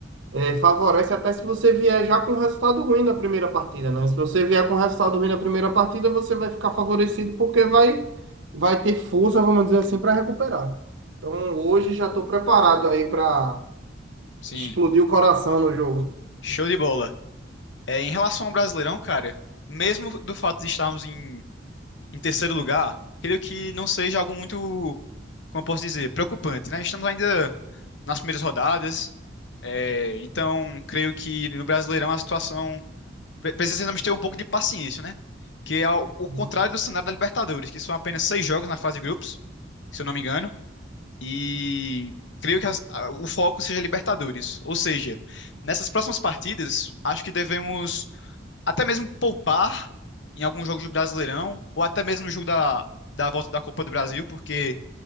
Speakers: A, on the right; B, on the left.
A: é, favorece até se você vier já com um resultado ruim na primeira partida, né? Se você vier com um resultado ruim na primeira partida, você vai ficar favorecido porque vai, vai ter força, vamos dizer assim, para recuperar. Então hoje já estou preparado aí para
B: sim.
A: explodir o coração no jogo.
B: Show de bola. É, em relação ao Brasileirão, cara, mesmo do fato de estarmos em Em terceiro lugar, creio que não seja algo muito, como eu posso dizer, preocupante, né? Estamos ainda nas primeiras rodadas, é, então creio que no Brasileirão a situação pre- precisamos ter um pouco de paciência, né? Que é ao- o
A: Uhum.
B: contrário do cenário da Libertadores, que são apenas seis jogos na fase de grupos, se eu não me engano, e creio que as- a- o foco seja Libertadores. Ou seja, nessas próximas partidas, acho que devemos até mesmo poupar em alguns jogos do Brasileirão, ou até mesmo no jogo da, da volta da Copa do Brasil, porque